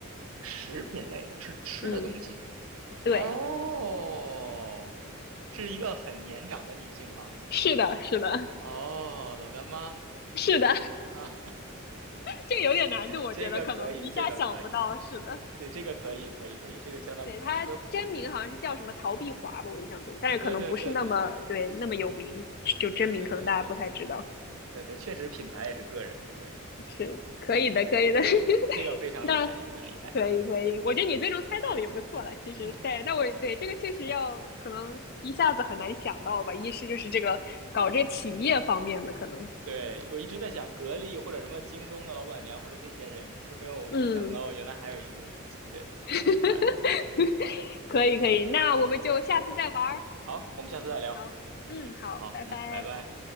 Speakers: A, on the right (about 70°); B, on the left (about 45°).
A: 食品类的，是吃的东西。
B: 嗯，对，
A: 哦，是一个很年长的女性吗？
B: 是的，是的。
A: 哦，老干妈
B: <laughs> 是的，
A: 啊，<laughs>
B: 这个有点难度，我觉得可能一下想不到。
A: 这个可以，这个可以，
B: 是的，
A: 对，这个可以，可以，可以，这个相当可以。
B: 对，他真名好像是叫什么陶碧华吧，
A: 就
B: 我印象中，但是可能不是那么对那么有名，
A: 对对对对对
B: 就真名可能大家不太知道。
A: 对对对对对对对，确实品牌也是个人，对
B: 是可以的，
A: 对对，
B: 可以的，
A: 可以，
B: <laughs>
A: 这个非常厉害，
B: 那
A: 非常厉害。
B: 可以可以，我觉得你最终猜到了也不错了。其实，
A: <laughs>
B: 对，但我对这个确实要可能一下子很难想到吧。一是就是这个搞这个企业方面的可能。
A: 对，我一直在想格力或者什么京东的老板娘或者这些人，就没有想到原来还有一个对逃避华仔。
B: 嗯，<laughs>
A: 对
B: 可以可以，
A: 对，
B: 那我们就下次再玩儿。
A: 好，我们下次再聊。
B: 好，嗯，
A: 嗯，
B: 好，
A: 好，
B: 拜拜。
A: 嗯，拜拜。